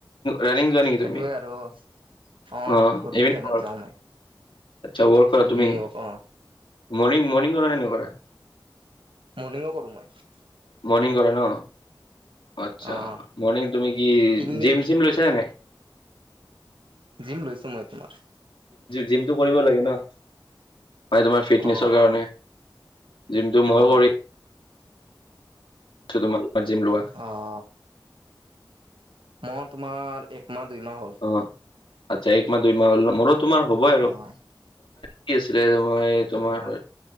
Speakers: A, on the left (about 75°); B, on the right (about 80°).
A: ৰানিং যোৱা নেকি তুমি
B: এইটোৱে আৰু অঁ
A: অ',
B: গধূলি
A: ইভিনিং
B: টাইমত
A: ৱৰ্ক,
B: যাওঁ মই।
A: আচ্ছা ৱৰ্ক কৰা
B: ইভিনিং
A: তুমি,
B: ৱক অ',
A: মৰ্ণিং মৰ্ণিং কৰা নে তুমি?
B: মৰ্ণিংও কৰো মই।
A: মৰ্ণিং কৰা ন, আচ্ছা
B: অ',
A: মৰ্ণিং তুমি কি
B: ইভিনিং
A: জিম চিম লৈছাে নাই।
B: জিম লৈছো মই তোমাৰ।
A: জিমটো কৰিব লাগে ন, ম তোমাৰ ফিটনেচৰ
B: অ',
A: কাৰণে। জিমটো
B: হয়,
A: ময়ো
B: হয়।
A: কৰি ছোঁ তোমাৰ এ জিম লোৱা।
B: অঁ মই তোমাৰ এক মাহ দুই মাহ হ'ল।
A: অঁ আচ্ছা এক মাহ দুই মাহ হ'ল, মোৰো তোমাৰ হ'বই আৰু।
B: অ',
A: কি আছিলে মই তোমাৰ
B: অ',